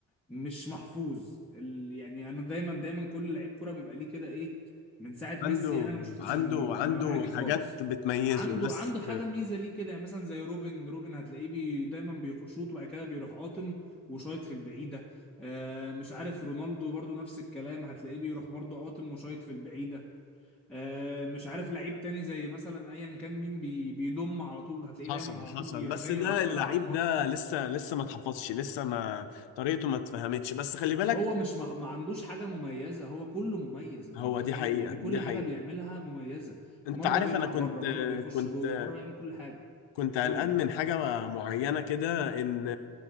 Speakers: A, in the centre; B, on the left.
A: مش محفوظ ال... يعني انا دايما دايما كل لعيب كوره بيبقى ليه كده ايه من ساعه ميسي
B: عنده
A: يعني انا ما شفتش
B: عنده
A: الن-
B: عنده
A: النوعيه دي خالص
B: حاجات بتميزه
A: عنده
B: بس
A: عنده حاجه ميزه ليه كده يعني مثلا زي روبن روبن هتلاقيه بي... دايما بيشوط وبعد كده بيروح قاطم وشايط في البعيده آه مش عارف رونالدو برضو نفس الكلام هتلاقيه بيروح برضو قاطم وشايط في البعيده آه، مش عارف لعيب تاني زي مثلا ايا كان مين بي بيضم على طول هتلاقيه
B: حصل
A: دايما على
B: حصل
A: طول بيروح
B: بس
A: جاي
B: ده
A: ويروح طالع
B: اللعيب
A: على الخط
B: ده لسه لسه ما اتحفظش لسه ما طريقته ما اتفهمتش بس خلي بالك
A: هو مش ما, ما عندوش حاجة مميزة هو كله مميز انت
B: هو
A: متخيل
B: دي حقيقة
A: يعني
B: دي
A: كل
B: حقيقة
A: حاجة بيعملها مميزة
B: انت
A: مرة
B: عارف
A: بيطلع
B: انا كنت
A: بره مرة بيخش
B: كنت
A: جوه مرة بيعمل كل حاجة
B: كنت قلقان
A: قول لي
B: من حاجة معينة كده إن